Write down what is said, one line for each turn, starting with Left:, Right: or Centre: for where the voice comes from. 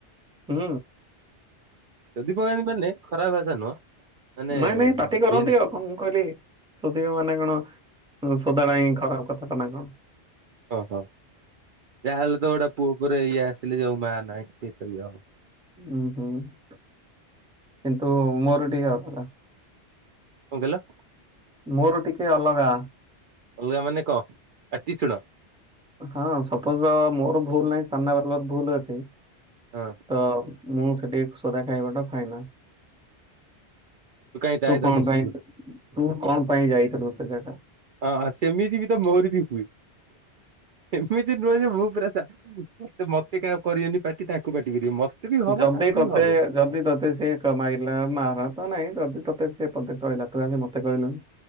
Centre: ହୁଁ।
Right: ଶୋଧିପକାନ୍ତି ମାନେ ଖରାପ ଭାଷା ନୁହଁ। ମାନେ
Centre: ନାଇଁ ନାଇଁ ପାଟି କରନ୍ତି
Right: ଇଏ
Centre: ଆଉ କଣ ମୁଁ କହିଲି ସୋଧିବା ମାନେ କଣ ସୋଦାଟା ହିଁ ଖରାପ କଥା ନା କଣ?
Right: ଓ ହୋ। ଯାହାହେଲେ ତ ଗୋଟେ ପୁଅ ଉପରେ ଇଏ ଆସିଲେ। ଯଉ ମା ନାହିଁ। ସିଏ ତ ଇଏ ହବ।
Centre: ଉଁ ହୁଁ କିନ୍ତୁ ମୋର ଟିକେ ଅଲଗା।
Right: କଁ କହିଲ?
Centre: ମୋର ଟିକେ ଅଲଗା।
Right: ଅଲଗା ମାନେ କଣ? ପାଟି ଶୁଣ।
Centre: ହଁ ସପୋଜ ମୋର ଭୁଲ ନାହିଁ। ସାମ୍ନା ବାଲର ଭୁଲ ଅଛି।
Right: ହଁ।
Centre: ହଁ ମୁଁ ସେଠି ସୋଦା ଖାଇବାଟା ଫାଇନାଲ।
Right: କାଇଁ
Centre: <inaudible>
Right: ତା
Centre: ତୁ
Right: ସହିତ
Centre: କଣ
Right: ମିଶୁଛୁ
Centre: ପାଇଁ ସେ ତୁ କଣପାଇଁ ଯାଇଥିଲୁ ସେ ଜାଗା?
Right: ହଁ ହଁ ସେମିତି ବି ତ ମୋର ବି ହୁଏ। ଏମିତି ନୁହେଁ ଯେ ମୁଁ ପୁରା ସା ମତେ ମତେ କାଇଁ କରିବେନି ପାଟି। ତାଙ୍କୁ ପାଟି କରିଵେ। ମତେ ଯେବେ ବି ହବ
Centre: ଯଦି
Right: ତାକୁ
Centre: ତତେ
Right: ବି ହବ।
Centre: ଯଦି ତୋତେ ସିଏ କ ମାଇଲା। ମହାର ତ ନାଇଁ ଯଦି ତୋତେ ସେ ପଦେ କହିଲା ତୁ ଆଗେ ମତେ କହିଲୁନି।